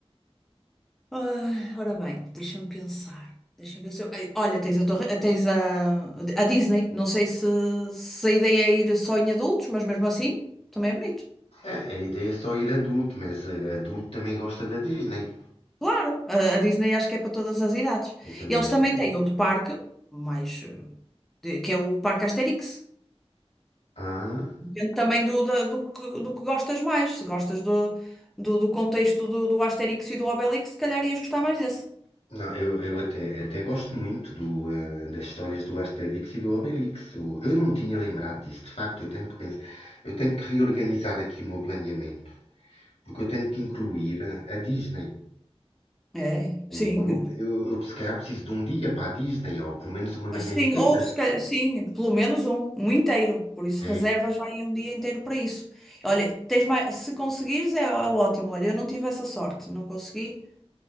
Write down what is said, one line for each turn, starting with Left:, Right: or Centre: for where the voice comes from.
Centre: Ai, ora bem, deixa-me pensar. Deixa-me pensar. Ai, Olha, tens a torre, tens a, a Disney. Não sei se, se a ideia é ir só em adultos, mas mesmo assim também é bonito.
Left: É, a ideia é só ir adulto, mas eh, adulto também gosta da Disney.
Centre: Claro, a, a Disney acho que é para todas as idades.
Left: Eu também
Centre: E eles
Left: acho
Centre: também
Left: que sim.
Centre: têm outro parque, mais, eh, de- que é o Parque Asterix.
Left: Ah,
Centre: Depende também do, da- do, que, do que gostas mais. Se gostas do, do, do contexto do, do Asterix e do Obelix, se calhar ias gostar mais desse.
Left: Não, eu, eu até, até gosto muito do, eh, das histórias do Asterix e do Obelix. O- eu não me tinha lembrado disso. De facto, eu tenho que pensar, eu tenho que reorganizar aqui o meu planeamento, porque eu tenho que incluir eh, a Disney.
Centre: É,
Left: O-
Centre: sim.
Left: eu, eu, eu se calhar preciso de um dia para a Disney, ou pelo menos uma manhã
Centre: Sim,
Left: inteira.
Centre: ou se calhar, sim, pelo menos um, um inteiro. Por isso,
Left: É,
Centre: reservas já aí um dia inteiro para isso. Olha, tens mais, se conseguires é, é ótimo. Olha, eu não tive essa sorte, não consegui,